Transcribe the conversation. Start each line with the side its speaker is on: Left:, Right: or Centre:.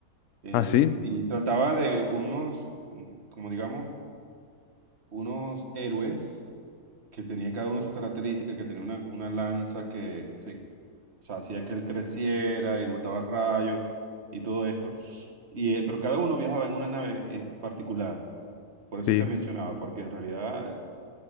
Right: eh,
Left: ¿Ah, sí?
Right: y trataba de unos, mm, como digamos, unos héroes que tenía cada uno sus características, que tenía una, una lanza que se, o sea, hacía que él creciera y botaba rayos y todo esto. Y, eh, pero cada uno viajaba en una nave eh, particular. Por eso
Left: Sí,
Right: te mencionaba, porque en realidad